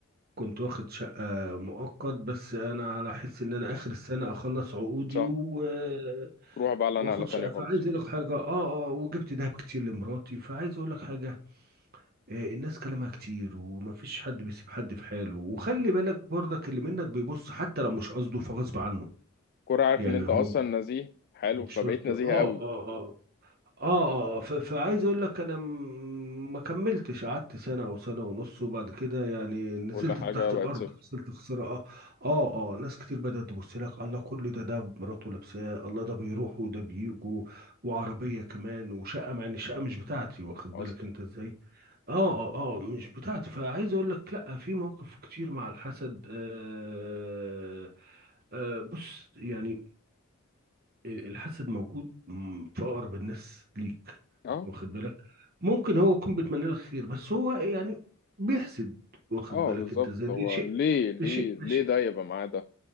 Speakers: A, on the right (about 45°); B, on the left (about 45°).
A: كنت واخد شقة مؤقت بس أنا على حس إن أنا آخر السنة أخلص عقودي
B: صح
A: و آه،
B: تروح بقى على
A: واخد
B: نقلة تانية
A: شقة
B: خالص
A: فعايز أقول لك حاجة آه آه وجبت دهب كتير لمراتي فعايز أقول لك حاجة آه، الناس كلامها كتير ومفيش حد بيسيب حد في حاله وخلي بالك برضك اللي منك بيبص حتى لو مش قصده فغصب عنه
B: كورة عارف
A: يعني
B: ان انت
A: هو
B: اصلا نزيه حلو
A: مش
B: فبقيت
A: شرط
B: نزيه
A: اه
B: قوي
A: اه اه اه اه آه. ف- فعايز اقول لك انا م- ما كملتش قعدت سنه او سنه ونص وبعد كده يعني نزلت
B: كل حاجة
A: تحت
B: بقت
A: الارض
B: صفر
A: خسرت خساره اه اه اه ناس كتير بدات تبص لك الله كل ده ده مراته لابساه الله ده بيروح وده بيجوا وعربيه كمان وشقه مع ان الشقه مش بتاعتي واخد
B: اصلا
A: بالك انت ازاي اه اه اه مش بتاعته فعايز اقول لك لا في مواقف كتير مع الحسد آه آه بص يعني الحسد موجود م، في اقرب الناس ليك
B: اه
A: واخد بالك ممكن هو يكون بيتمنى لك خير بس هو يعني بيحسد واخد
B: اه
A: بالك
B: بالظبط
A: انت زي دي
B: هو
A: شيء
B: ليه ليه
A: ده شيء
B: ليه
A: ده شيء
B: ده يبقى معاه ده